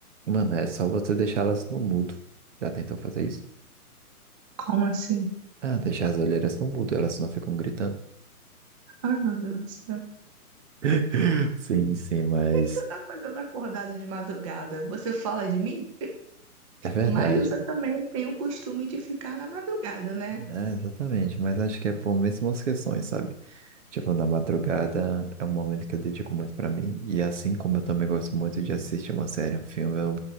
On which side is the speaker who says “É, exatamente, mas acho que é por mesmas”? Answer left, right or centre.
Right